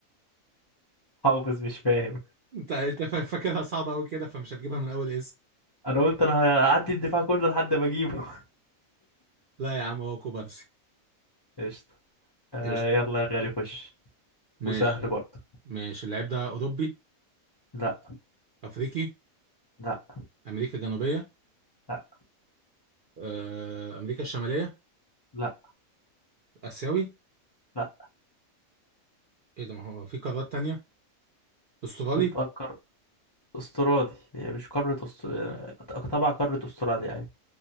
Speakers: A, on the left (about 35°); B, on the right (about 60°).
A: <laughs> حافظ مش فاهم
B: انت انت فا- فاكرها صعبه قوي كده فمش هتجيبها من اول
A: انا قلت انا هعدي الدفاع كله لحد ما اجيبه <laughs>
B: لا يا عم هو كوبارسي
A: قشطة آه
B: قشطة
A: يلا يا غالي خش
B: ماشي
A: وسهل برضه
B: ماشي اللعيب ده أوروبي
A: لا
B: أفريقي
A: لا
B: أمريكا الجنوبية
A: لا
B: آه، أمريكا الشمالية
A: لا
B: آسيوي
A: لا
B: إيه ده ما هو في قارات تانية أسترالي
A: شوف بقى القار استرالي هي مش قارة أست... طبعا قارة استراليا يعني